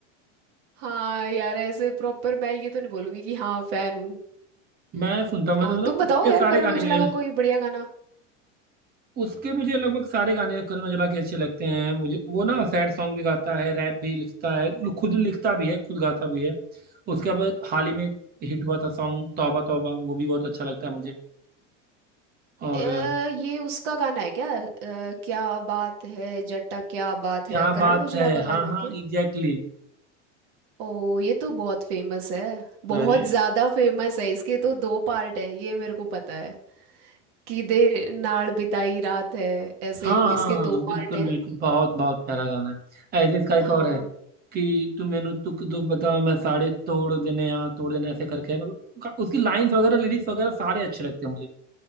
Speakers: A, on the right (about 55°); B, on the right (about 25°).
A: हाँ यार ऐसे प्रॉपर मैं ये तो नहीं बोलूंगी कि हाँ फैन हूँ
B: मैं सुनता हूँ मतलब
A: और
B: मतलब
A: तुम बताओ
B: उसके
A: यार
B: सारे
A: करण
B: गाने
A: औजला
B: मुझे
A: का कोई बढ़िया गाना
B: उसके मुझे लगभग सारे गाने करण औजला के अच्छे लगते हैं मुझे वो ना सैड सॉन्ग भी गाता है रैप भी लिखता है खुद लिखता भी है खुद गाता भी है उसके बाद हाल ही में हिट हुआ था सॉन्ग तौबा तौबा वो भी बहुत अच्छा लगता है मुझे और
A: अ, ये उसका गाना है क्या अ, क्या बात है जट्टा क्या बात
B: क्या
A: है करण
B: बात
A: औजला
B: है
A: का
B: हाँ
A: गाना है
B: हाँ
A: क्या
B: एग्जैक्टली
A: ओ ये तो बहुत फेमस है बहुत
B: अरे
A: ज्यादा फेमस है इसके तो दो पार्ट हैं ये मेरे को पता है कि दे नाल बिताई रात है ऐसे
B: हाँ
A: इसके
B: हाँ
A: दो
B: हाँ बिल्कुल
A: पार्ट हैं
B: बिल्कुल बहुत बहुत प्यारा गाना है ऐसे इसका एक
A: हाँ
B: और है कि तू मैनू तुक दुख बता मैं साड़े तोड़ देने यहाँ तोड़ देने ऐसे करके है मतलब उसकी लाइंस वगैरह लिरिक्स वगैरह सारे अच्छे लगते हैं मुझे